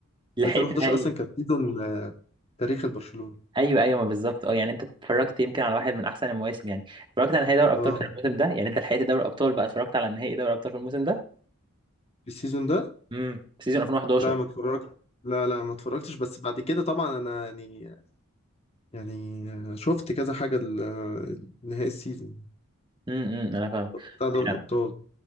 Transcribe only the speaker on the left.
2011
اصلا كان سيزون آه، تاريخ البرشلونة
اه
في السيزون ده
لا ما اتفرجت لا لا ما اتفرجتش بس بعد كده طبعا انا يعني يعني شفت كذا حاجة ال- نهائي السيزون
بتاع دوري
الأبطال